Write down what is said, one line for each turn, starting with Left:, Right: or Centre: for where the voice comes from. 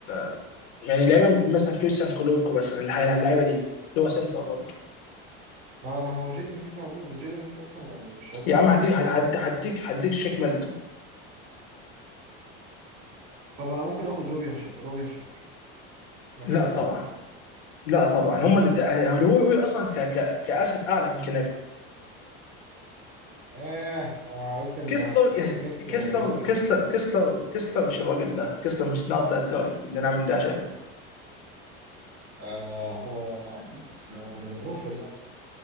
Left: آه، يعني لعيبه مثلا كريستيان كولوكو مثلا الح- اللعيبه دي اللي هو سنتر برضه
Right: ما ما هو جيدن هيس موجود بس جيدن هيس اصلا يعني مش حلو
Left: يا عم هديك هد- هد- هديك هديك شيك ميلتون
Right: طب انا ممكن اخد روبي هاشم روبي هاشم مكان
Left: لا
Right: كونكت
Left: طبعا لا طبعا هم اللي آه، هو هو اصلا ك ك كاسد اعلى من كنكت
Right: اه أنا قلت ان
Left: كيسلر
Right: انت بتحب
Left: آه،
Right: كونكت
Left: كيسلر
Right: زي يانج يانج
Left: كيسلر
Right: بلاير
Left: كيسلر كيسلر مش الراجل ده كيسلر مش نوت ذات جاي اللي انا عامل ده عشانه
Right: آه هو عادي احنا كنا بنوفر يعني